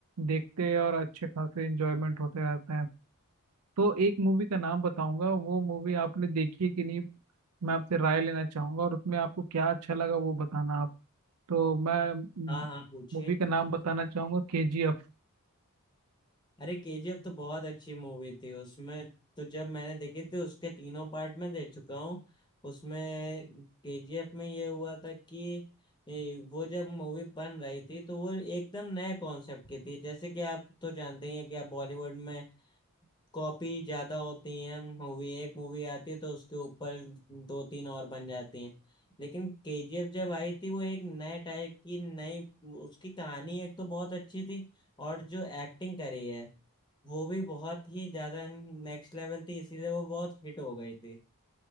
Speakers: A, on the right; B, on the left.
A: देखते हैं और अच्छे खासे एंजॉयमेंट होते रहता है तो एक मूवी का नाम बताऊंगा वो मूवी आपने देखी है कि नहीं मैं आपसे राय लेना चाहूंगा और उसमें आपको क्या अच्छा लगा वो बताना आप तो मैं
B: हाँ हाँ पूछिए
A: मूवी का नाम बताना चाहूंगा केजीएफ
B: अरे केजीएफ तो बहुत अच्छी मूवी थी उसमें तो जब मैंने देखी थी उसके तीनों पार्ट में देख चुका हूँ उसमें केजीएफ में ये हुआ था कि ये वो जब मूवी बन रही थी तो वो एकदम नए कॉन्सेप्ट की थी जैसे कि आप तो जानते ही हैं कि आप बॉलीवुड में कॉपी ज्यादा होती है मूवी एक मूवी आती है तो उसके ऊपर दो तीन और बन जाती हैं लेकिन केजीएफ जब आई थी वो एक नए टाइप की नई उसकी कहानी एक तो बहुत अच्छी थी और जो एक्टिंग करी है वो भी बहुत ही ज्यादा नेक्स्ट लेवल थी इसीलिए वो बहुत हिट हो गई थी